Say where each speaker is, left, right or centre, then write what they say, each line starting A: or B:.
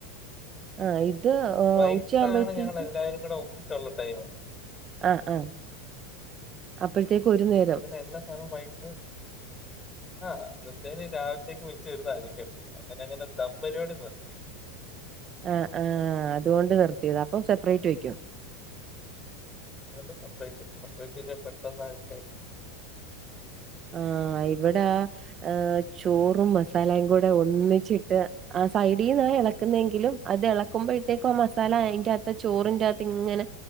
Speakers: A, on the right (about 30°); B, on the left (about 20°).
A: ആ ഇത് ആ,
B: വൈകിട്ടാണ്
A: ഉച്ചയാകുമ്പോഴത്തേക്കും
B: ഞങ്ങള് എല്ലാരും കൂടെ ഒന്നിച്ചൊള്ള ടൈമ്
A: ആഹ് ആഹ് അപ്പഴ്ത്തേക്ക് ഒരു നേരം
B: ഇന്നത്തെ എല്ലാ സാധനും വൈകിട്ട് ആഹ് നിത്തേന് രാവിലത്തേക്ക് മച്ച് വരുന്ന അരിക്കട്ടും അങ്ങനെ അങ്ങനെ ദമ്പരിയോട് നിർത്തി.
A: ആഹ് ആഹ് അതുകൊണ്ട് നിർത്തിയത് അപ്പം സെപ്പറേറ്റ് വെക്കും
B: അതെക്കെ സപ്പറേറ്റ് സപ്പറേറ്റെന്നെ പെട്ടെന്ന് ആയിട്ടേ
A: ആഹ് ഇവടെ ഹ് ചോറും മസാലയും കൂടെ ഒന്നിച്ചിട്ട് ആഹ് സൈഡീന്നാ എളക്ക്ന്നത് എങ്കിലും അത് എളക്കുമ്പാെ കിട്ട്യേക്കും മസാല അയിന്റെ അകത്ത ചോറിന്റകത്ത് ഇങ്ങനെ